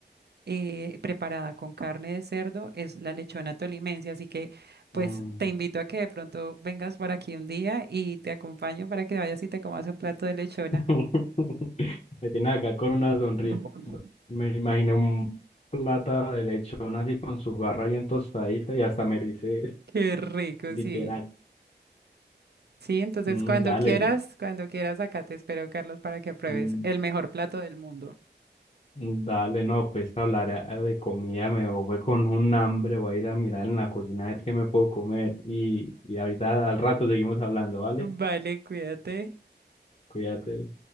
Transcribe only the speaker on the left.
Mm.
<laughs> Me tiene acá con una sonrisa.
Me imagino un plata de lechón así con su garra bien tostadita y hasta me dice <laughs>
literal.
Mm,
dale,
mm,
mm, dale, no, pues hablar a- de comida, me voy con un hambre, voy a ir a mirar en la cocina a ver qué me puedo comer. Y, y ahorita al rato seguimos hablando, ¿vale?
Cuídate.